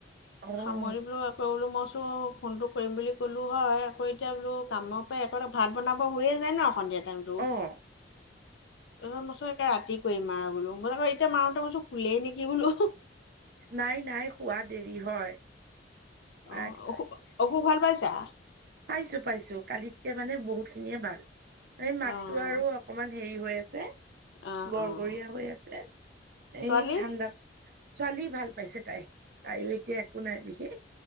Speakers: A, on the right (about 55°); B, on the left (about 70°).
A: অ',
B: সামৰিবলৈ ত বোলো মই চোনঁ ফোনটো কৰিম বুলি ক'লোঁ হয় আকৌ এতিয়া বোলো কামৰ পৰা একটা ভাত বনাব হৈয়ে যায় ন সন্ধিয়া টাইমটোত
A: অ',
B: তাৰপছত ৰাতি মাৰ বোলো মই আৌ এতিয়া মাৰুতে মো কোলে নেকি বোলো
A: নাই নাই শোৱা দেৰি হয় শুৱা
B: অ অসু অসুখ ভাল পাইছা
A: পাইছো পাইছো কালিতকে মানে বহুত খিনিয়ে ভাল এই মাতটো
B: অঁ
A: আৰু অকণমান হেৰি হৈ আছে
B: অঁ
A: গৰগৰীয়া
B: অঁ
A: হৈ আছে
B: ছোৱালী
A: এই ঠাণ্ডাত ছোৱালী ভাল পাইছে তাই তাইও এতিয়া একো নাই বিশেষ